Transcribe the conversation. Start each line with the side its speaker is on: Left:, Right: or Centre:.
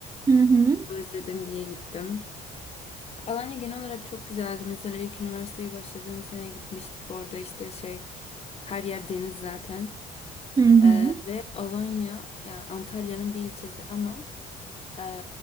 Right: Hı hı.
Left: Özledim diye gittim. Alanya genel olarak çok güzeldi. Mesela ilk üniversiteye başladığım sene gitmiştik. Orada işte şey her yer deniz zaten.
Right: Hı hı.
Left: Ee, ve Alanya yani Antalya'nın bir ilçesi ama e,